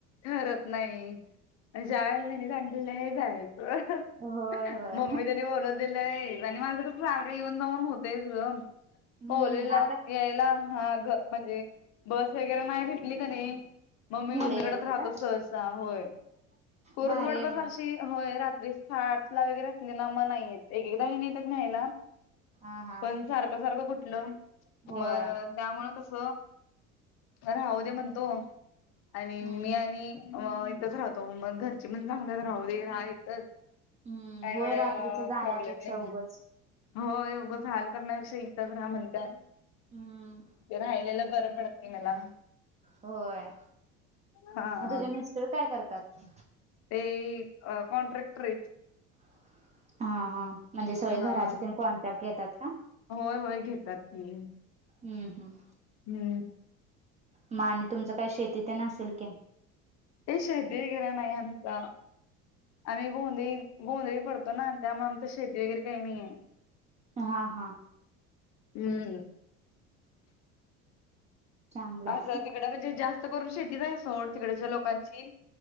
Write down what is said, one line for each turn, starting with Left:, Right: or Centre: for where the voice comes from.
Left: ठरत नाही ज्या वेळेला त्यानी सांगलेलं आहे जायाचं अह
Right: होय होय
Left: मम्मी त्यांनी बोलव दिलं नाही आणि माझं तर सारखं येऊन जाऊन होतयच ग
Right: हम्म
Left: होलीला
Right: आता
Left: यायला हा ग म्हणजे बस वगैरे नाही भेटली क नाही मम्मी
Right: इकडे
Left: मम्मीकड
Right: यायचं
Left: राहतो
Right: का
Left: सहसा होय कुरुंदवाड
Right: भारी आहे मग
Left: पाशी होय रात्री सात ला वगैरे असले ना मग नाहीे येत एक एकदा हेनी येत्यात न्यायला.
Right: हा हा
Left: पण सारखं सारखं कुठलं
Right: होय
Left: मग त्यामुळ कस राहू दे म्हणतो आणि
Right: हम्म
Left: मी आणि म इथच राहतो मग घरची पण सांगत्यात राहू दे राहा इथच
Right: हम्म
Left: काय
Right: होय
Left: एवढं
Right: रात्रीच जाण्यापेक्षा
Left: प्रॉब्लेम नाही.
Right: उगच
Left: हो उगच हाल करण्यापेक्षा इथंच राह म्हणत्यात.
Right: हम्म
Left: राहिलेल बरं पडतय मला
Right: होय
Left: हा.
Right: मग तुजे मिस्टर काय करत्यात.
Left: ते, अ कॉन्ट्रॅक्टर आहेत.
Right: हा हा, म्हणजे सगळे
Left: हा.
Right: घराचे ते कॉन्ट्रॅक्ट घेतात का?
Left: होय होय, घेतात की
Right: हम्म हम्म,
Left: हम्म,
Right: मग आणि तुमच काय शेती तेन असेल की,
Left: ये शेती वगैरे नाही, आमच आम्ही गोंधळी गोंधळी पडतो, ना त्यामुळ आमच शेती वगैरे काही नये.
Right: हा हा,
Left: हम्म,
Right: चांगलंय
Left: अस तिकड म्हणजे जास्त करून शेतीच आहे. सोड तिकडच्या लोकांची